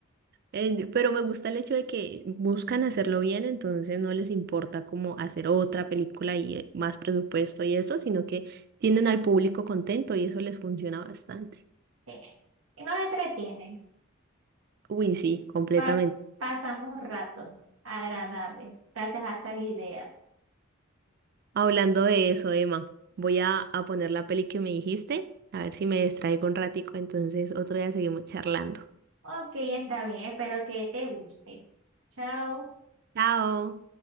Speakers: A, on the right; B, on the right.
A: Eh, pero me gusta el hecho de que buscan hacerlo bien, entonces no les importa como hacer otra película y eh, más presupuesto y eso, sino que tienen al público contento y eso les funciona bastante.
B: sí. Y nos entretienen,
A: Uy, sí, completamente.
B: pas- pasamos un rato agradable, gracias a esas ideas.
A: Hablando de eso, Emma, voy a, a poner la peli que me dijiste, a ver si me distraigo un ratico, entonces otro día seguimos charlando.
B: Ok, está bien, espero que te guste. Chao.
A: Chao.